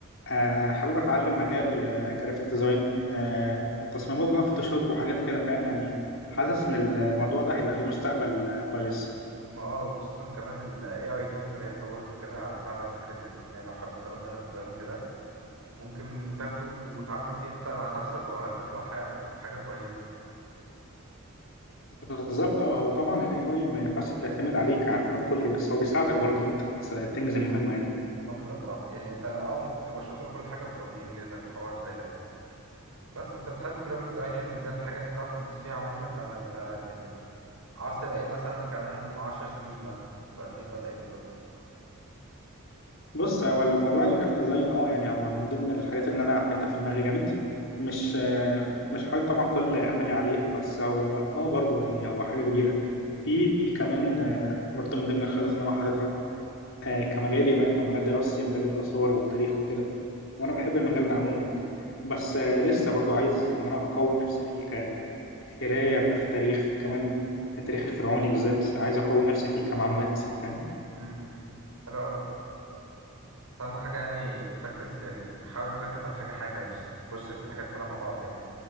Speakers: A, on the left (about 60°); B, on the right (about 85°).
A: آه حابب اتعلم مجال جرافيك ديزاين آه تصميمات بقى فوتوشوب وحاجات كده فاهم يعني حاسس ان الموضوع ده هيبقى ليه مستقبل آه، كويس
B: ما اه وخصوصا كمان ال AI tools اللي هي اتطورت وكده هتساعدك في حاجه زي دي يعني لو حد طلب منك ديزاين وكده ممكن تاخده وتعدل فيه انت مع نفسك وهتطلع حاجه حاجة كويسه
A: بالظبط اه هو طبعا الاي اي ما ينفعش تعتمد عليه كاعتماد كلي بس هو بيساعدك برضه ان انت تس- تنجز المهمه يعني
B: ما بالظبط اه يعني انت اه المفروض تبقى شاطر وكل حاجه بس هو بينجزك في حوار زي ده بس انت بتحب الجرافيك ديزاين يعني ده الحاجه اللي انت عاوز تدوس فيها عموما ولا انت يعني عاوز تبقى ايه مثلا كمان عشر سنين مثلا تبقى فين ولا ايه بالظبط
A: بص هو الموضوع الجرافيك ديزاين اه يعني هو من ضمن الحاجات اللي انا حاططها في دماغي جامد مش آه مش حاطط طبعا كل املي عليه بس هو اه برضه يعني هو حاجه كبيره في كمان آه برضه من ضمن الخطط اللي انا حاططها آه، كمجالي بقى كمجال دراستي مجال الآثار والتاريخ وكده وأنا بحب المجال ده عموما بس آه، لسه برضو عايز إن أنا أقوي نفسي فيه كقراية بقى في التاريخ كمان التاريخ الفرعوني بالذات عايز أقوي نفسي فيه كمعلومات فاهم
B: امم حلو قوي اهم حاجه يعني تركز يعني حاول تركز على حاجه حاجه مش تخش في الحاجات كلها مع بعض يعني